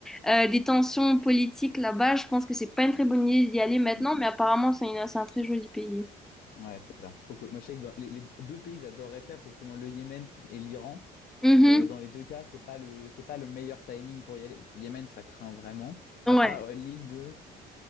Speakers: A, in the centre; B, on the left (about 60°).
A: euh, des tensions politiques là-bas, je pense que c'est pas une très bonne idée d'y aller maintenant,
B: Mm.
A: mais apparemment, c'est une- c'est un très joli pays.
B: Ouais, ça a l'air trop cool. Moi, je sais que dans les, les deux pays que j'adorerais faire, c'est justement le Yémen et l'Iran.
A: Mhm.
B: Mais euh, dans les deux cas, c'est pas le, c'est pas le meilleur timing pour y aller. Bon, Yémen, ça craint vraiment.
A: Ouais,
B: À part euh, l'île de.